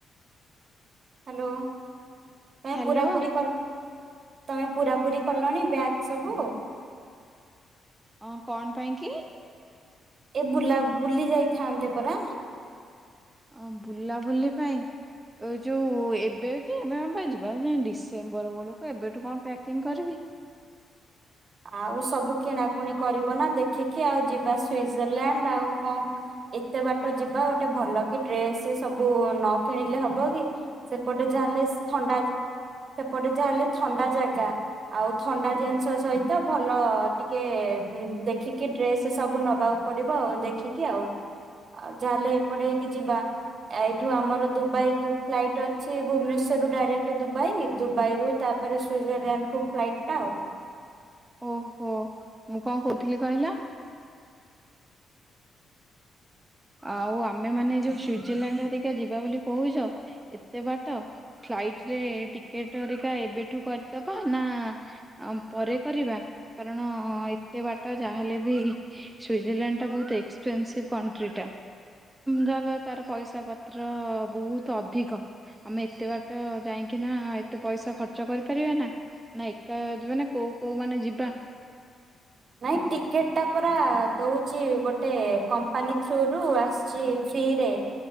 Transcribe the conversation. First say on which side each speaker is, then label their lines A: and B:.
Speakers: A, on the right; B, on the right.
A: Hello କାଁଇଁ
B: ହାଲୋ
A: ପୁରାପୁରି କଲ ତମେ ପୁରା ପୁରି କଲଣି ବ୍ୟାଗ ସବୁ।
B: ଅଁ କଣ ପାଇଁ କି।
A: ଏ ବୁଲା ବୁଲି ଯାଇଥାନ୍ତେ ପରା।
B: ଓ ବୁଲାବୁଲି ପାଇଁ। ଏ ଯୋଉ ଏବେ କି ଏବେ ଆମପା ଯିବା ଡିସେମ୍ବର ବେଳକୁ ଏବେଠୁ କଣ ପ୍ୟାକିଂ କରିବି।
A: ଆଉ ସବୁ କିଣାକୁଣି କରିବ ନା ଦେଖିକି ଆଉ ଯିବା ସୁଇଜରଲ୍ୟାଣ୍ଡ ଆଉ କଣ ଏତେ ବାଟ ଯିବା ଗୋଟେ ଭଲ କି ଡ୍ରେସ ସବୁ ନ କିଣିଲେ ହବ କି। ସେପଟେ ଯାହା ହେଲେ ଥଣ୍ଡା ସେପଟେ ଯାହା ହେଲେ ଥଣ୍ଡା ଜାଗା ଆଉ ଥଣ୍ଡା ଜିନିଷ ସହିତ ତ ଭଲ ଟିକେ ଦେଖିକି ଡ୍ରେସ ସବୁ ନବାକୁ ପଡିବ ଆଉ ଦେଖିକି ଆଉ। ଆଉ ଯାହେଲେ ଏପଟେ ହେଇକି ଯିବା। ଏଇଠୁ ଆମର ଦୁବାଇ କୁ ଫ୍ଲାଇଟ୍ ଅଛି ଭୁବନେଶ୍ଵରରୁୁ ଡାଇରେକ୍ଟ ଦୁବାଇ ଦୁବାଇ ରୁ ତା ତା ପରେ ସୁଇଜରଲ୍ୟାଣ୍ଡ କୁ ଫ୍ଲାଇଟ୍ ଟା ଆଉ।
B: ଓହୋ ମୁଁ କଣ କହୁଥିଲି କହିଲ। ଆଉ ଆମେ ମାନେ ଯୋଉ ସୁଇଜରଲ୍ୟାଣ୍ଡ ହରିକା ଯିବା ବୋଲି କହୁଚ ଏତେ ବାଟ ଫ୍ଲାଇଟ ରେ ଟିକେଟଅରିକା ଏବେଠୁ କରିଦବା ନା ଆଉ ପରେ କରିବା। କାରଣ ଏତେ ବାଟ ଯାହାହେଲେ ବି ସୁଇଜରଲ୍ୟାଣ୍ଡ ଟା ବହୁତ ଏକ୍ସପେନସିଭ କଣ୍ଟ୍ରି। ଟା ଯା ତାର ପଇସା ପତ୍ର ବହୁତ ଅଧିକ। ଆମେ ଏତେ ବାଟ ଯାଇକି ନା ଏତେ ପଇସା ଖର୍ଚ୍ଚ କରିପାରିବା ନା। ନା ଏକା ଯିବା ନା କୋଉ କୋଉ ମାନେ ଯିବା?
A: ନାଇଁ ଟିକେଟ ଟା ପରା ଦଉ ଚି ଗୋଟେ କମ୍ପାନୀ ଥ୍ରୁ ରୁ ଆସିଚି ଫ୍ରିରେ।